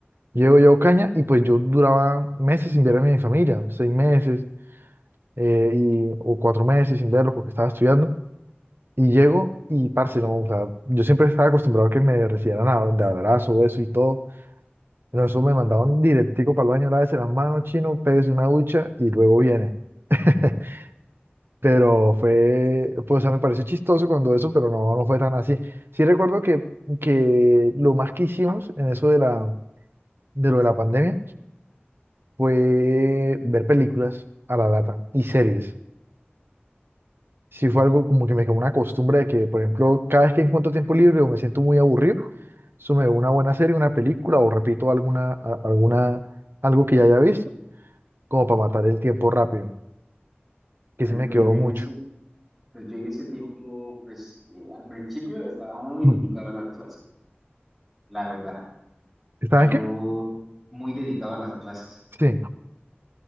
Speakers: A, on the right; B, in the centre.
A: Llego yo a Ocaña y pues yo duraba meses sin ver a mi familia, seis meses eh, y, o cuatro meses sin verlos porque estaba estudiando. Y llego y, parce, no, o sea, yo siempre estaba acostumbrado a que me recibieran a- de abrazo, beso y todo. Pero eso me mandaban directico para el baño, lávese las manos, chino, pégase una ducha y luego viene. <laughs> Pero fue, pues, o sea, me pareció chistoso cuando eso, pero no, no fue tan así. Sí recuerdo que, que lo más que hicimos en eso de la, de lo de la pandemia fue ver películas a la lata y series. Sí fue algo como que me quedó una costumbre de que, por ejemplo, cada vez que encuentro tiempo libre o me siento muy aburrido, eso me veo una buena serie, una película o repito alguna, a- alguna, algo que ya haya visto, como para matar el tiempo rápido, que
B: Ay,
A: sí me
B: Pues
A: quedó
B: yo en
A: mucho.
B: ese, pues yo en ese tiempo, pues eh, al principio estaba muy
A: Mm.
B: dedicado a las clases, la verdad.
A: ¿Estaban
B: Yo
A: qué?
B: muy dedicado a las clases.
A: Sí,